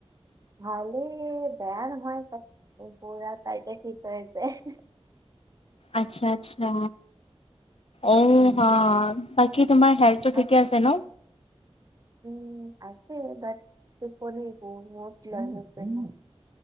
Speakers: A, on the right (about 35°); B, on the left (about 65°).
A: ভলেই বেয়া নহয় এতিয়া। উম পুৰা তাইটে শি কৰিছে। <unintelligible>
B: আচ্ছা আচ্ছা, অঁ
A: উম
B: হাঁ। কি তোমাৰ হেল্থটো
A: ভাত
B: ঠিকে আছে ন?
A: উম, আছে বাত টোপনি বহুত <unintelligible> লৈ লৈছে ন।